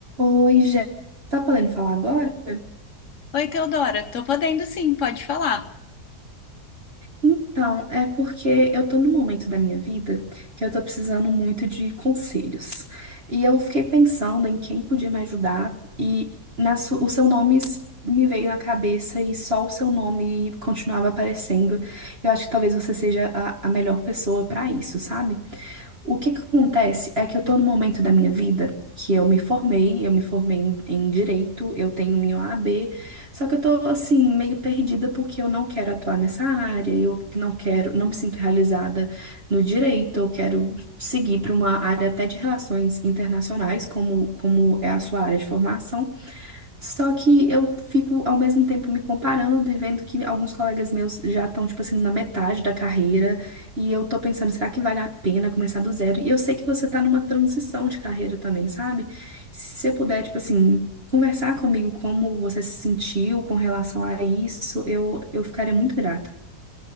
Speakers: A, on the right; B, on the left.
A: Oi, Jé. Tá podendo falar agora?
B: Oi, Teodora, tô podendo sim, pode falar.
A: Então, é porque eu tô num momento da minha vida que eu tô precisando muito de conselhos. E eu fiquei pensando em quem podia me ajudar e na su- o seu nome s- me veio na cabeça e só o seu nome continuava aparecendo. Eu acho que talvez você seja a, a melhor pessoa pra isso, sabe? O que que acontece é que eu tô no momento da minha vida que eu me formei, eu me formei em, em direito, eu tenho minha OAB, só que eu tô assim meio perdida porque eu não quero atuar nessa área, eu não quero, não me sinto realizada no direito, eu quero seguir para uma área até de relações internacionais, como como é a sua área de formação. Só que eu fico ao mesmo tempo me comparando e vendo que alguns colegas meus já estão, tipo assim, na metade da carreira. E eu tô pensando, será que vale a pena começar do zero? E eu sei que você tá numa transição de carreira também, sabe? Se você puder, tipo assim, conversar comigo como você se sentiu com relação a isso, eu, eu ficaria muito grata.